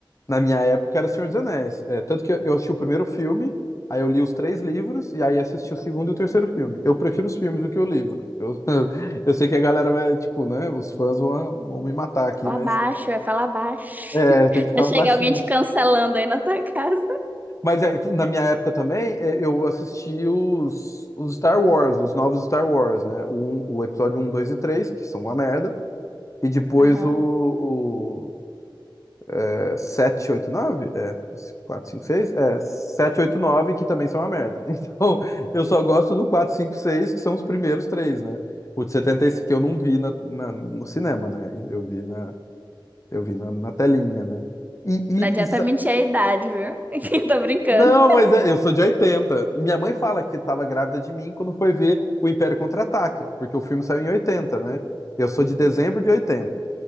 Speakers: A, on the left; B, on the right.
A: na minha época era Senhor dos Anéis. É, tanto que eu assisti o primeiro filme, aí eu li os três livros, e aí assisti o segundo e o terceiro filme. Eu prefiro os filmes do que o livro. Eu, <laughs> eu sei que a galera vai, tipo, né? Os fãs vão, vão me matar aqui,
B: Fala
A: mas
B: baixo, é fala baixo.
A: é,
B: <laughs>
A: tem que ficar
B: Não chega
A: baixinho.
B: alguém te cancelando aí na tua casa.
A: Mas é que na minha época também, é, eu assisti os, os Star Wars, os novos Star Wars, né? O, um- o episódio um 2 e 3 que são uma merda. E depois
B: Aham.
A: o, o é, 7, 8, 9? É, 4 5 seis É, 7 8 9 que também são uma merda. <laughs> Então, eu só gosto do 4 5 6 que são os primeiros três, né? O de 76 que eu não vi na, na- no cinema, né? Eu vi na, eu vi na, na telinha, né? E,
B: Não adianta
A: e, e sa-
B: mentir a idade, viu? <laughs> Tô brincando.
A: Não, mas é, eu sou de 80. Minha mãe fala que estava grávida de mim quando foi ver o Império Contra-Ataca, porque o filme saiu em 80, né? Eu sou de dezembro
B: Sim.
A: de oitenta